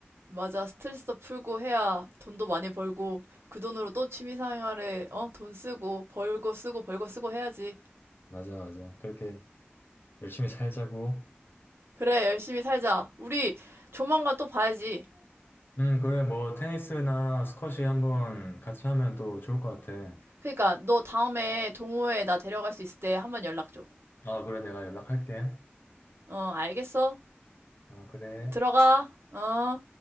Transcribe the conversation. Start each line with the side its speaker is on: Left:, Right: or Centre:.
Right: 맞아. 스트레스도 풀고 해야 돈도 많이 벌고 그 돈으로 또 취미 생활에 어, 돈 쓰고 벌고 쓰고 벌고 쓰고 해야지.
Left: 맞아, 맞아. 그렇게 열심히 살자고.
Right: 그래, 열심히 살자. 우리 조만간 또 봐야지.
Left: 음, 그래, 뭐, 테니스나 스쿼시 한번 같이 하면 또 좋을 것 같아.
Right: 그러니까 너 다음에 동호회 나 데려갈 수 있을 때 한번 연락 줘.
Left: 아, 그래, 내가 연락할게.
Right: 어, 알겠어.
Left: 아, 그래.
Right: 들어가. 어.